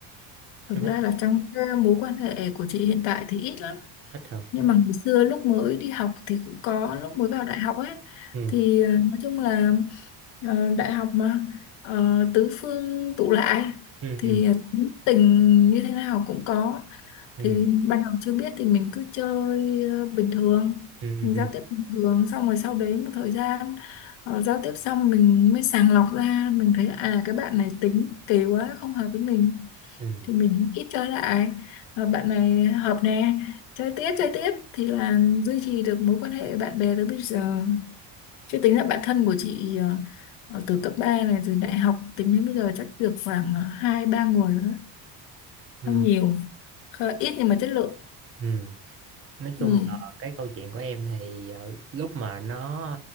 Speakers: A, on the left; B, on the right.
A: thực
B: em thấy
A: ra là trong cái mối quan hệ của chị hiện tại thì ít lắm
B: ít hả
A: nhưng mà ngày xưa lúc mới đi học thì cũng có lúc mới vào đại học ấy
B: ừ
A: thì ờ, nói chung là ờ, đại học mà ờ, tứ phương tụ lại
B: ừ
A: thì
B: ừ
A: ờ, tính tình như thế nào cũng có
B: ừ
A: thì ban đầu chưa biết thì mình cứ chơi ờ, bình thường
B: ừ ừ
A: mình
B: ừ
A: giao tiếp bình thường xong rồi sau đấy một thời gian ờ, giao tiếp xong mình mới sàng lọc ra mình thấy à cái bạn này tính kỳ quá không hợp với mình
B: ừ
A: thì mình ít chơi lại Ờ, bạn này hợp nè chơi tiếp chơi tiếp thì là duy trì được mối quan hệ bạn bè tới bây giờ chứ tính là bạn thân của chị ờ, ờ, từ cấp 3 này từ đại học tính đến bây giờ chắc được khoảng ờ, hai ba người nữa
B: ừ
A: không nhiều Khá- ít nhưng mà chất lượng
B: ừ nói chung
A: ừ.
B: là cái câu chuyện của em thì ờ, lúc mà nó